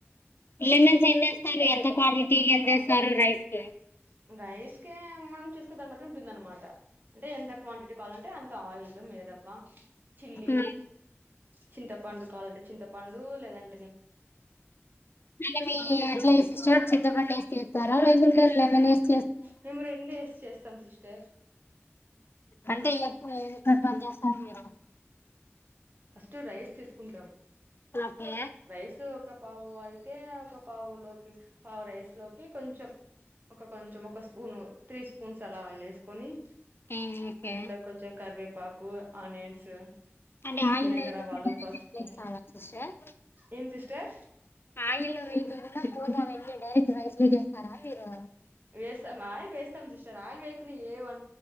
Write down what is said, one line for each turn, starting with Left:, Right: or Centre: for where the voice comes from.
Left: లేమన్స్ ఎన్నేస్తారు ఎంత క్వాంటిట్ టీ ఎంతేస్తారు రైస్ కి
Right: హ్మ్ రైస్ కేం మనం చేసుకో దాన్ని బట్టి ఉంటుంది. అనమాట అంటే ఎంత క్వాంటిటీ కావలన్ టే అంత ఆయిల్ మీద క్వా చిల్లీ
Left: హ్మ్.
Right: ప్చ్ చింతపండు కావలంటే, చింతపండు లేదన్
Left: అంటే మీ సిస్టర్ చింతపండు వేసి చేస్తారా, లేకుంటే లెమెనీస్
Right: ప్స్ మేము రెండు వేసి చేస్తాం. సిస్టర్
Left: అంటే ఎప్పుడు ఏదోకట్ పని చేస్తాంది. కదా
Right: ఫస్ట్ రైస్ తీసుకుంటాం.
Left: ఓకే
Right: రైస్ ఒక పావు అయి తే ఒక పావులోకి, పావు రైస్లోకి కొంచెం ఒక కొంచెం ఒక స్పూన్, త్రీ స్పూన్స్ అలా ఆయిల్ వేసుకొని ప్చ్
Left: హ్మ్. ఓకే
Right: అంట్లో కొంచెం కరివే పాకు ఆనియన్స్
Left: అంటే ఆయిల్
Right: జీలకర్ర
Left: లేకుండానే,
Right: ఆవాలు పసుపు
Left: లెగ్ స్తాయ సిస్టర్
Right: ఏం సిస్టర్
Left: ఆయిల్లో మీరున్న పోపు అవన్నీ, డైరెక్ట్ రైస్ లోకి వేస్తారా. మీరు
Right: వేస్తాం ఆయిల్ వేస్తాం సిస్టర్ ఆయిల్ వేకున్న ఏ వం